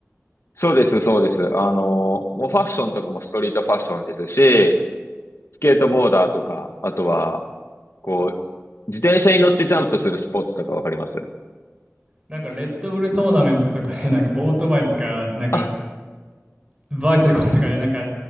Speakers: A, on the left (about 60°); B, on the right (about 20°).
A: そうです、そうです。あの、もうファッションとかもストリートファッションですし、スケートボーダーとか、あとは、こう、自転車に乗ってジャンプするスポーツとかわかります
B: なんかレッドブルトーナメントとかで、<laughs> なんかオートバイとか、なんか
A: あ、
B: バイセコンとかで、なんか